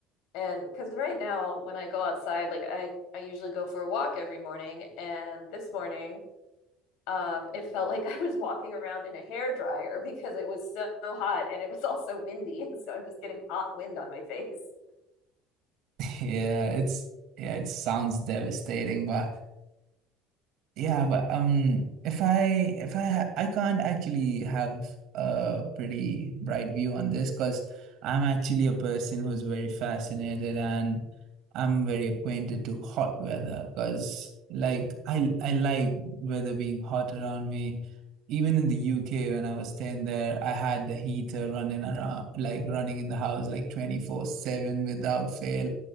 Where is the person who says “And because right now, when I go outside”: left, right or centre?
Left